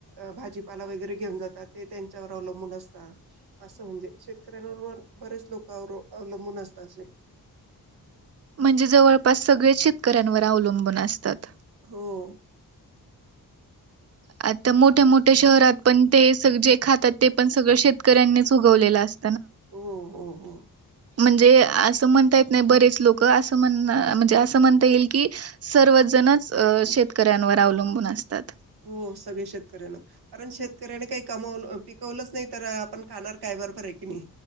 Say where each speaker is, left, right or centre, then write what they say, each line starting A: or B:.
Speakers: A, on the right; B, on the right.
A: अ भाजीपाला वगैरे घेऊन जातात, ते त्यांच्याव अवलंबून असता, अस म्हणजे शेत कऱ्यांवर बन बरेच लोक अवर अवलंबून असता असे
B: म्हणजे जवळपास सगळे शेतकऱ्यांवर अवलंबून असतात.
A: हो.
B: आता मोठ्या मोठ्या शहरात पण ते सग, जे खातात ते पण सगळं शेतकऱ्यांनीच उगवलेलं अस
A: ओ हो हो.
B: म्हणजे असं म्हणता येत नाही बरेच लोक अस म्हणा म्हणजे असं म्हणता येईल की सर्वज जणच अ शेतकऱ्यांवर अवलंबून असतात.
A: हो सगळे शेतकऱ्यांना कारण शेतकऱ्यांनी काही कमवल अ पिकवलंच नाही तर आपण खाणार काय बरबर आय कणी